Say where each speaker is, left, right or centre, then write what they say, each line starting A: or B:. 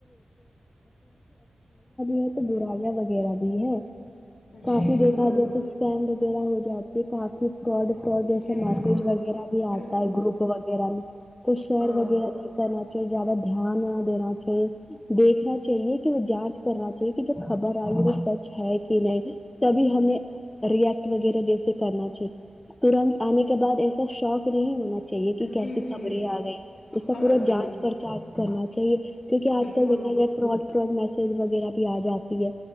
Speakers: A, on the left (about 20°); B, on the left (about 75°).
A: ہے تو برایاں وغیرہ دی ہے کافی
B: جی بالکل
A: دیکھا جائے تو اسکم وغیرہ ہو جاتی ہے کافی فراڈ فراڈ جیسا
B: جی
A: میسج
B: بالکل
A: وغیرہ بھی
B: بالکل
A: آتا ہے گروپ وغیرہ میں کو شہر
B: ہاں
A: وغیرہ نہیں کرنا چاہیے زیادہ دھیان نہ دینا چاہیے دیکھنا چاہیے کہ وہ جانچ کرنا چاہیے کہ جو خبر آ رہئی ہے وہ سچ ہے کہ نہیں تبھی ہمیں ریٹ وغیرہ جیسے کرنا چاہیے ترنت آنے کے بعد ایسا شوق نہیں ہونا چاہے کہ کیسی
B: جی جی
A: خبریں آ گئی اس کا
B: ہاں
A: پورا جانچ
B: جی
A: پرچانچ کرنا چاہیے کیونکہ آج
B: بالکل
A: کل دیکا جائے فراڈ فراڈ میسج وغیرہ بھی آ جاتی ہے